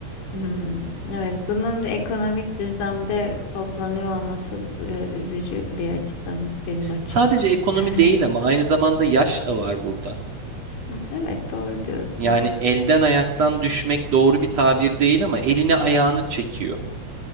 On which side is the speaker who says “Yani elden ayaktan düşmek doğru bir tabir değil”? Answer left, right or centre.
Right